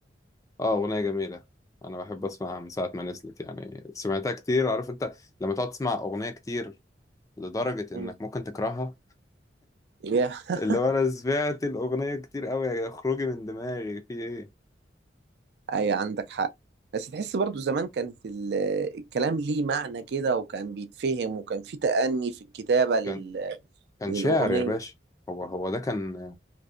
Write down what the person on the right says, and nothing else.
مم.
يا <laughs>
أي عندك حق بس تحس برضو زمان كانت ال- الكلام ليه معنى كده وكان بيتفهم وكان في تأني في الكتابة لل-
للأغنية